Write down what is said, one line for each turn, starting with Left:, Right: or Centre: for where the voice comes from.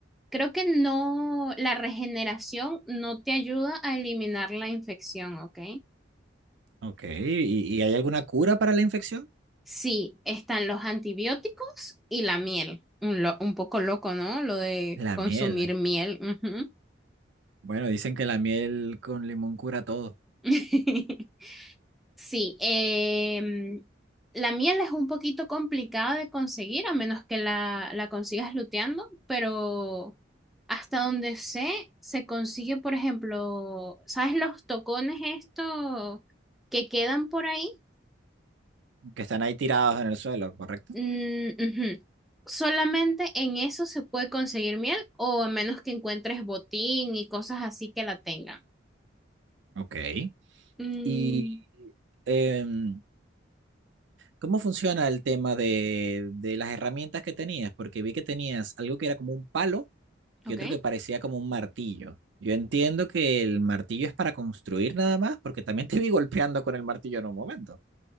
Centre: Creo que no, la regeneración no te ayuda a eliminar la infección, ¿ok?
Right: Ok, ¿y, y hay alguna cura para la infección?
Centre: Sí, están los antibióticos y la miel. Un, lo- un poco loco, ¿no? Lo de
Right: La
Centre: consumir
Right: miel.
Centre: miel. ujú.
Right: Bueno, dicen que la miel con limón cura todo.
Centre: <laughs> Sí, em, la miel es un poquito complicada de conseguir, a menos que la, la consigas luteando, pero hasta donde sé, se consigue, por ejemplo, ¿sabes los tocones estos que quedan por ahí?
Right: que están ahí tirados en el suelo, ¿correcto?
Centre: Mm, ujú. Solamente en eso se puede conseguir miel, o a menos que encuentres botín y cosas así que la tengan.
Right: Ok.
Centre: Mm,
Right: Y em, ¿cómo funciona el tema de, de las herramientas que tenías? Porque vi que tenías algo que era como un palo
Centre: ok.
Right: y otro que parecía como un martillo. Yo entiendo que el martillo es para construir nada más, porque también <laughs> te vi golpeando con el martillo en un momento.